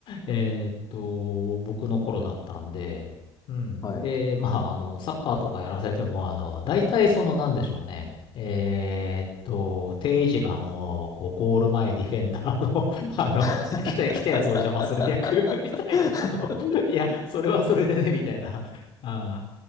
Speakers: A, on the left (about 65°); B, on the left (about 40°).
A: えーっと、僕の頃だったんで、うん。
B: はい。
A: で、まあ、あの、サッカーとかやらせても、あの、大体その、なんでしょうね。えーっと、定位置が、あの、こう、ゴール前ディフェンダーの <laughs>
B: <laughs>
A: あの、来た、来たやつを邪魔する役 <laughs> みたいな、あの、いや、それはそれでね、みたいな。あ